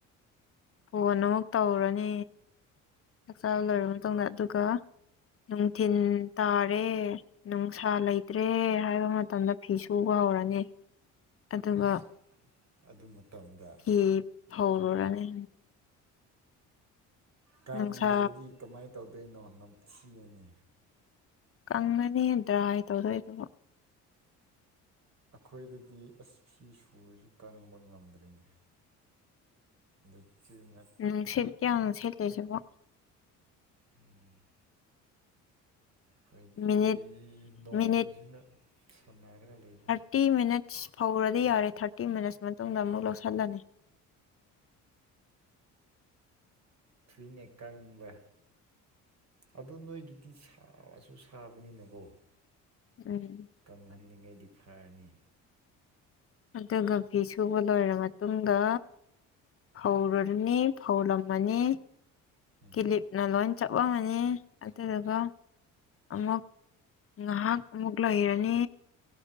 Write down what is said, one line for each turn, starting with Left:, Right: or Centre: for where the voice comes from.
Left: ꯐꯣꯟ ꯑꯃꯨꯛ ꯇꯧꯔꯅꯤ ꯆꯥꯛꯆꯥꯔ ꯂꯣꯏꯔꯕ ꯃꯇꯨꯡꯗ ꯑꯗꯨꯒ ꯅꯨꯡꯊꯤꯟ ꯇꯥꯔꯦ ꯅꯨꯡꯁꯥ ꯂꯩꯇ꯭ꯔꯦ ꯍꯥꯏꯕ ꯃꯇꯝꯗ ꯐꯤ ꯁꯨꯕ ꯍꯧꯔꯅꯤ ꯑꯗꯨꯒ
Right: ꯏꯁ ꯑꯗꯨ ꯃꯇꯝꯗ
Left: ꯐꯤ ꯐꯧꯔꯨꯔꯅꯤ
Right: ꯀꯥꯡꯗ꯭ꯔꯗꯤ
Left: ꯅꯨꯡꯁꯥ
Right: ꯀꯃꯥꯏꯅ ꯇꯧꯗꯣꯏꯅꯣ ꯅꯝꯊꯤꯑꯅꯤ
Left: ꯀꯪꯉꯅꯤ ꯗ꯭ꯔꯥꯏ ꯇꯧꯗꯣꯏꯕꯨ
Right: ꯑꯩꯈꯣꯏꯗꯗꯤ ꯑꯁ ꯐꯤ ꯁꯨꯔꯁꯨ ꯀꯪꯕ ꯉꯝꯗ꯭ꯔꯦꯅꯤ ꯂꯩꯆꯤꯜ ꯉꯥꯠ
Left: ꯅꯨꯡꯁꯤꯠ ꯀꯌꯥꯝ ꯁꯤꯠꯂꯤꯁꯤꯕꯣ
Right: ꯎꯝ ꯑꯩꯈꯣꯏꯗꯤ
Left: ꯃꯤꯅꯤꯠ
Right: ꯅꯣꯡꯖꯤꯅ
Left: ꯃꯤꯅꯤꯠ
Right: ꯁꯥꯟꯅꯔꯒꯥ ꯂꯩꯕ
Left: ꯇꯤ ꯃꯤꯅꯠꯁ ꯐꯧꯔꯗꯤ ꯌꯥꯔꯦ ꯊꯥꯔꯇꯤ ꯃꯤꯅꯠꯁ ꯃꯇꯨꯡꯗ ꯑꯃꯨꯛ ꯂꯧꯁꯜꯂꯅꯤ
Right: ꯊꯨꯏꯅꯦ ꯀꯪꯕ ꯑꯗꯣ ꯅꯣꯏꯒꯤꯗꯤ ꯁꯥꯁꯨ ꯁꯥꯕꯅꯤꯅ ꯀꯣ
Left: ꯎꯝ
Right: ꯀꯪꯍꯟꯅꯤꯡꯉꯩꯗꯤ ꯐꯔꯅꯤ
Left: ꯑꯗꯨꯒ ꯐꯤ ꯁꯨꯕ ꯂꯣꯏꯔ ꯃꯇꯨꯡꯗ ꯐꯧꯔꯨꯔꯅꯤ ꯐꯧꯂꯝꯃꯅꯤ
Right: ꯎꯝ
Left: ꯀꯤꯂꯤꯞꯅ ꯂꯣꯏ ꯆꯠꯂꯝꯃꯅꯤ ꯑꯗꯨꯗꯨꯒ ꯑꯃꯨꯛ ꯉꯥꯍꯥꯛ ꯑꯃꯨꯛ ꯂꯩꯔꯅꯤ